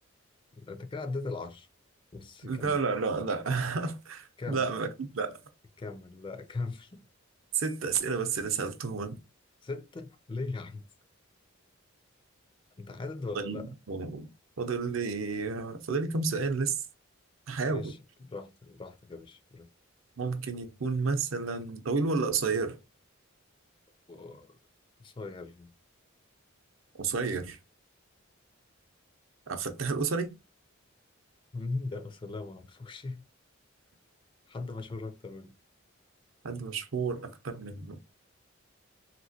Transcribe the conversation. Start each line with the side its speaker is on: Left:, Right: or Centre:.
Left: أنت كده عديت العشرة بس
Right: لا
Left: كمل
Right: لا لا لا <laughs>
Left: كمل
Right: لا اكيد لا
Left: كمل لا كمل <laughs>
Right: ست اسئله بس اللي سالتهم انا
Left: ستة ليه يا عم أنت عدد ولا
Right: طيب
Left: لا
Right: فاضل لي فاضل لي كام سؤال لسه احاول
Left: ماشي براحتك براحتك يا باشا براحتك.
Right: ممكن يكون مثلا طويل ولا قصير؟
Left: و- قصير
Right: قصير عبد الفتاح الأسري
Left: مين ده اصلا لا ما اعرفوش حد مشهور اكتر منه
Right: حد مشهور أكتر منه